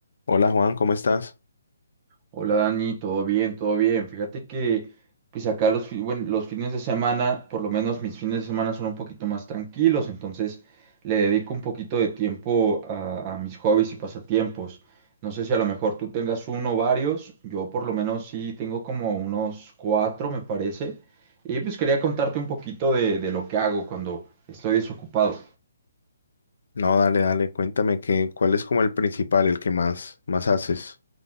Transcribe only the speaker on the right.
Hola Dani, todo bien, todo bien. Fíjate que pues acá los, fi- bueno, los fines de semana, por lo menos mis fines de semana son un poquito más tranquilos, entonces le dedico un poquito de tiempo a, a mis hobbies y pasatiempos. No sé si a lo mejor tú tengas uno o varios, yo por lo menos sí tengo como unos cuatro, me parece. Y pues quería contarte un poquito de, de lo que hago cuando estoy desocupado.